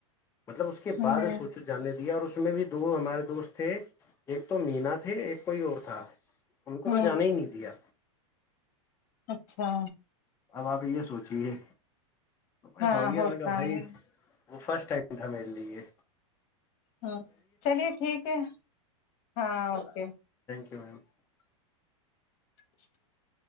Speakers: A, on the left (about 15°); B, on the left (about 45°).
A: مطلب اس کے
B: ہوں
A: بعد سوچو جاننے دیا اور اس میں بھی دو ہمارے دوست تھے ایک تو مینا تھے ایک کوئی اور تھا ان کو
B: ہوں
A: تو جانا ہی نہیں دیا
B: اچھا
A: اب آپ یہ سوچ رہی ہے میں
B: ہاں
A: سمجھ گیا
B: ہوتا
A: نے کہ بھائی
B: ہے
A: وہ فرسٹ ٹائم تھا میرے لیے
B: ہ چلیے ٹھیک ہے ہاں اوکے
A: بم <inaudible>
B: <unintelligible>